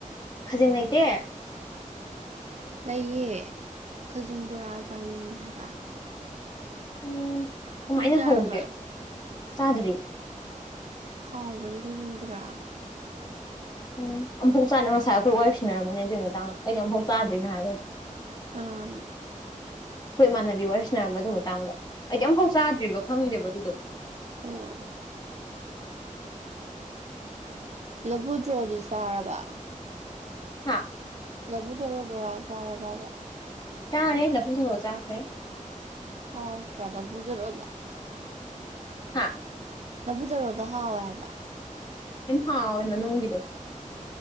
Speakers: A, on the left; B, on the right.
A: ꯈꯖꯤꯡ ꯂꯩꯇꯦ
B: ꯂꯩꯌꯦ ꯈꯖꯤꯡ ꯕꯣꯔꯥ ꯆꯥꯅꯤꯡꯉꯦ ꯍꯥꯏꯕ
A: ꯎꯝ ꯀꯃꯥꯏꯅ
B: ꯅꯪ ꯆꯥꯔꯕ
A: ꯍꯧꯒꯦ ꯆꯥꯗ꯭ꯔꯤ
B: ꯍꯥꯎꯕꯅꯦ ꯈꯖꯤꯡ ꯕꯨꯔꯥ
A: ꯎꯝ ꯑꯝꯐꯣꯛ ꯆꯥꯅ ꯉꯁꯥꯏ ꯑꯩꯈꯣꯏ ꯋꯥꯔꯤꯁꯤꯟꯅꯔꯝꯕꯅꯦ ꯑꯗꯨꯏ ꯃꯇꯥꯡꯗ ꯑꯩꯗꯤ ꯑꯝꯐꯥꯎ ꯆꯥꯗ꯭ꯔꯤꯅ ꯍꯥꯏꯕ
B: ꯀꯅꯥꯅꯣ
A: ꯑꯩꯈꯣꯏ ꯏꯃꯥꯅꯕꯤ ꯋꯥꯔꯤꯁꯤꯟꯅꯔꯝꯕ ꯑꯗꯨ ꯃꯇꯥꯡꯗ ꯑꯩꯗꯤ ꯑꯝꯐꯥꯎ ꯆꯥꯗ꯭ꯔꯤꯕ ꯈꯪꯗꯦꯕ ꯑꯗꯨꯗꯣ
B: ꯑꯣ ꯂꯐꯨꯗ꯭ꯔꯣꯗꯤ ꯆꯥꯔꯕ
A: ꯍꯥꯥ
B: ꯂꯕꯨꯊꯔꯣ ꯕꯣꯔꯥ ꯆꯥꯔꯕꯕꯥ
A: ꯆꯥꯔꯦ ꯂꯐꯨ ꯊꯔꯣ ꯆꯥꯈ꯭ꯔꯦ
B: ꯍꯥꯎ ꯇ꯭ꯔꯥ ꯂꯐꯨꯊꯔꯣꯗꯣ
A: ꯍꯥꯥ
B: ꯂꯐꯨ ꯊꯔꯣꯗꯣ ꯍꯥꯎꯋꯦ ꯍꯥꯏꯕ
A: ꯇꯤꯟ ꯍꯥꯎꯋꯦ ꯃꯅꯨꯡꯒꯤꯗꯣ